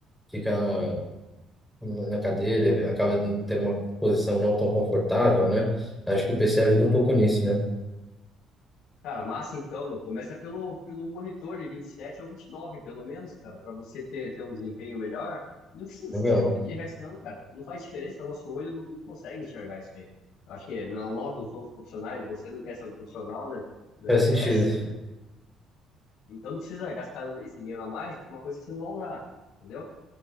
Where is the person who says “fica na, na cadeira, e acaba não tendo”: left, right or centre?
Centre